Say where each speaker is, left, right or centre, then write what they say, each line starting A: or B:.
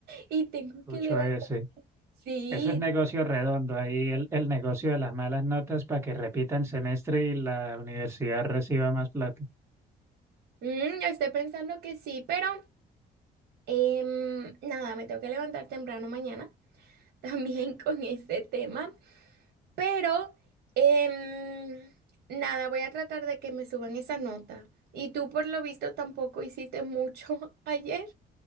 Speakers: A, on the right (about 75°); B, on the right (about 15°).
A: y tengo
B: Escucho
A: que levantar.
B: ese.
A: Sí,
B: Eso es negocio redondo, ahí el, el negocio de las malas notas para que repitan semestre y la universidad reciba más plata.
A: mm, yo estoy pensando que sí, pero em, nada, me tengo que levantar temprano mañana <laughs> también con este tema. Pero em, nada, voy a tratar de que me suban esa nota. Y tú por lo visto tampoco hiciste mucho <laughs> ayer,